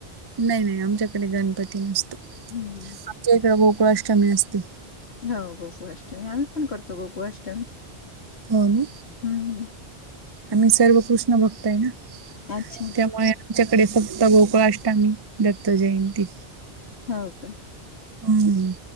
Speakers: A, on the right; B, on the left.
A: नाही नाही आमच्याकडे गणपती नसतो, आमच्या
B: हम्म
A: इकडे गोकुळा अष्टमी असते.
B: हो गोकु अष्टमी, आम्ही पण करतो, गोकुळ अष्टमी,
A: हो ना
B: हम्म.
A: आम्ही सर्व कृष्ण भक्तय ना,
B: अच्छा
A: त्यामुळे आच्याकडे फक्त, गोकुळा अष्टामी दत्त जयंती.
B: हो का?
A: हम्म.